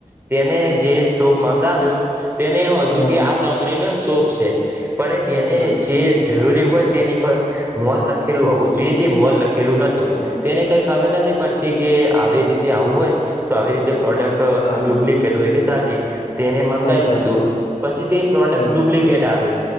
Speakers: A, on the right; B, on the left.
A: તેને જે શોપ મંગાવ્યો. તેને એવું હતું
B: હા
A: કે આ કંપનીનો શોપ છે પણ જેને
B: હા
A: જે જરૂરી હોય તેની પર મોલ લખેલું આવું જઈત મોલ લખેલું નતું
B: હા
A: તેને કઈ ખબર નથી પડતી કે આવી રીતે આવું હોય તો આવી રીતે. પ્રોડક્ટ
B: હા હા
A: ડુપ્લિકેટ હોય કે સાચી. તેને મંગાવી
B: વાત સાચી
A: દીધું પછી તે પ્રોડક્ટ
B: હા
A: ડુપ્લિકેટ આવી.